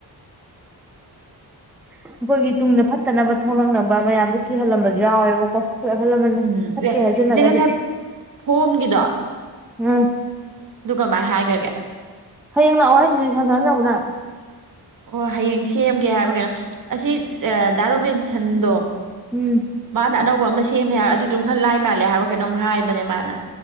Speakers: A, in the centre; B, on the right (about 50°).
A: ꯑꯩꯈꯣꯏꯒꯤ ꯇꯨꯡꯗ ꯐꯠꯇꯅꯕ ꯊꯣꯛꯂꯛꯅꯕ ꯃꯌꯥꯝꯗꯣ ꯀꯤꯍꯜꯂꯝꯕꯁꯨ ꯌꯥꯎꯋꯦꯕꯀꯣ ꯑꯩꯈꯣꯏ ꯑꯍꯜ ꯂꯃꯟꯅ
B: ꯎꯝ
A: ꯐꯠꯇꯦ
B: ꯑꯦ
A: ꯍꯥꯏꯖꯤꯜꯂꯒꯗꯤ
B: ꯏꯆꯦ ꯉꯁꯥꯏ ꯐꯣꯝꯒꯤꯗꯣ
A: ꯎꯝ
B: ꯑꯗꯨ ꯀꯃꯥꯏ ꯍꯥꯏꯈ꯭ꯔꯒꯦ
A: ꯍꯌꯦꯡ ꯂꯥꯛꯑꯣ ꯍꯥꯏꯗꯨꯗꯤ ꯁꯥꯔ ꯁꯅꯥꯖꯥꯎꯕꯅ
B: ꯑꯣ ꯍꯌꯦꯡ ꯁꯦꯝꯒꯦ ꯍꯥꯏꯕ ꯀꯩꯅꯣ ꯑꯁꯤ ꯑ ꯗꯥ ꯔꯣꯕꯤꯟꯁꯟꯗꯣ
A: ꯎꯝ
B: ꯃꯥꯅ ꯑꯅꯧꯕ ꯑꯃ ꯁꯦꯝꯃꯦ ꯍꯥꯏꯔ ꯑꯗꯨꯗꯨꯝ ꯈꯔ ꯂꯥꯏ ꯃꯥꯜꯂꯦ ꯍꯥꯏꯕ꯭ꯔꯣ ꯀꯩꯅꯣꯝ ꯍꯥꯏꯕꯅꯦ ꯃꯥꯅ